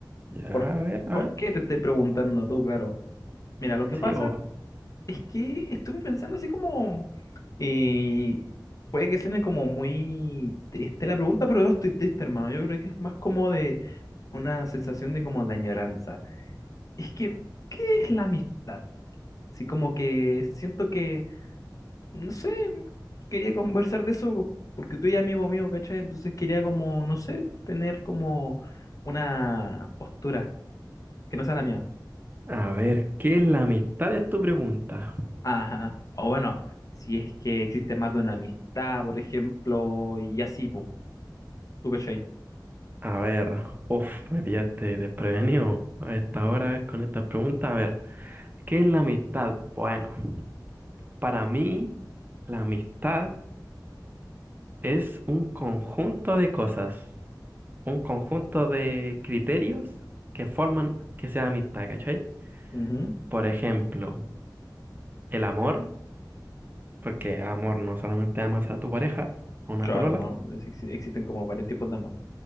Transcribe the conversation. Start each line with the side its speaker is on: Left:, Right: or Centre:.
Right: Ya,
Left: ¿Por,
Right: a ver, a
Left: por
Right: ver.
Left: qué te estoy preguntando tú, claro? Mira, lo que
Right: Sí,
Left: pasa
Right: o...
Left: es que estuve pensando así como, eh, puede que suene como muy triste la pregunta, pero no estoy triste, hermano. Yo creo que es más como de una sensación de como de añoranza. Es que, ¿qué es la amistad? sí como que siento que no sé, quería conversar de eso porque tú eres amigo mío, ¿cachai? Entonces quería como, no sé, tener como una postura que no sea la mía.
Right: A ver, ¿qué es la amistad? Es tu pregunta.
Left: Ajá. O bueno, si es que existe más de una amistad, por ejemplo, y así, pues, ¿tú cachai?
Right: A ver, uff, me pillaste desprevenido a esta hora con esta pregunta. A ver, ¿qué es la amistad? Bueno, para mí, la amistad es un conjunto de cosas, un conjunto de criterios que forman que sea amistad, ¿cachai?
Left: Ujú.
Right: Por ejemplo, el amor. porque amor no solamente amas a tu pareja, a una
Left: Claro,
Right: polola,
Left: no, es- exi- existen como varios tipos de amor.